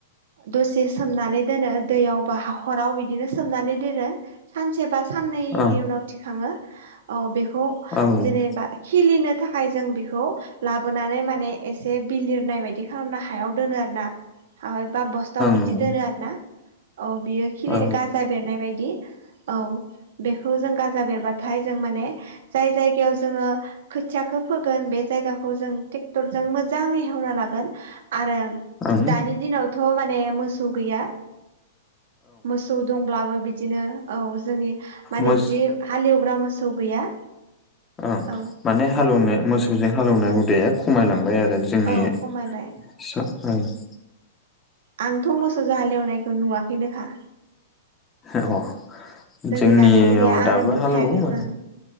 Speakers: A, on the right (about 70°); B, on the left (about 20°).
A: दसे सोमनानै दोनो दैयाव बा हाखराव बिदिनो सोमनानै दोनो सानसे बा साननैनि
B: ओं
A: उनाव थिखाङो औ बेखौ
B: औ ओं
A: जेनेबा खिलिनो थाखाय जों बेखौ लाबोनानै माने एसे बिलिरनाय बायदि खालामनो हायाव दोनो आरो ना बा बस्थाव बिदि
B: नंगौ
A: दोनो आरो ना औ बियो खिलि
B: औ
A: गाजा बेरनाय बायदि औ बेखौ जों गा बेरबाथाय जों माने जाय जायगायाव जोङो खोथियाखौ फोगोन बे जायगाखौ जों ट्रेक्टरजों मोजाङै हेवना लागोन आरो
B: ओं
A: दानि दिनावथ' माने मोसौ गैया मोसौ दंब्लाबो बिदिनो औ जोंनि माने
B: मोस
A: बिदि हालेवग्रा मोसौ गैया
B: ओं
A: औ
B: माने हालेवनाय मोसौजों हालौनाय हुदाया खमायलांबाय आरो जोंनि
A: औ खमायबाय
B: <unintelligible>
A: आंथ' मोसौ जाहालेवनायखौ नुवाखैनोखा
B: <unintelligible> जोंनियाव
A: जोंनि गामियावबो गैया
B: दाबो
A: आरो नुखायाखैबो
B: हालेवो माने
A: आं